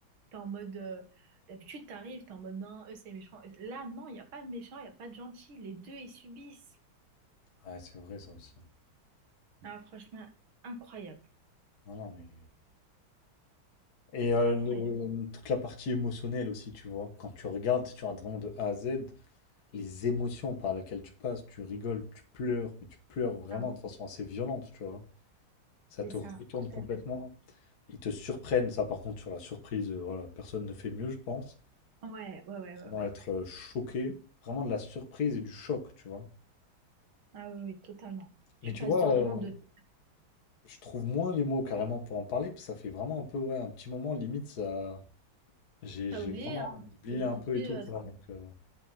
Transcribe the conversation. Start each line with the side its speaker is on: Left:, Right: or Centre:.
Right: T'es en mode. euh, d'habitude, t'arrives, t'es en mode non, eux c'est méchant. Là, non, il n'y a pas de méchant, il n'y a pas de gentil. Les deux, ils subissent.
Left: Ouais, c'est vrai, ça aussi.
Right: Ah, franchement, incroyable.
Left: Non, non, mais. Et euh,
Right: Incroyable.
Left: le- toute la partie émotionnelle aussi, tu vois. Quand tu regardes, tu regardes vraiment de A à Z, les émotions par lesquelles tu passes, tu rigoles, tu pleures, mais tu pleures vraiment
Right: Ah,
Left: de façon assez violente, tu vois. Ça
Right: c'est
Left: te
Right: ça,
Left: retourne
Right: tout
Left: complètement.
Right: à fait.
Left: Ils te surprennent, ça par contre, sur la surprise, euh, voilà, personne ne fait mieux, je pense.
Right: Ouais, ouais, ouais, ouais,
Left: Vraiment
Right: ouais.
Left: être euh, choqué, vraiment de la surprise et du choc, tu vois.
Right: Ah oui, oui, totalement. Tu
Left: Mais tu
Right: passes
Left: vois,
Right: de vraiment
Left: euh,
Right: de.
Left: je trouve moins les mots carrément pour en parler, parce que ça fait vraiment un peu, ouais, un petit moment, limite, ça... J'ai,
Right: T'as
Left: j'ai
Right: oublié,
Left: vraiment
Right: hein?
Left: oublié
Right: C'est limite
Left: un peu
Right: plus,
Left: et tout,
Right: euh,
Left: tu
Right: ça-
Left: vois, donc... euh,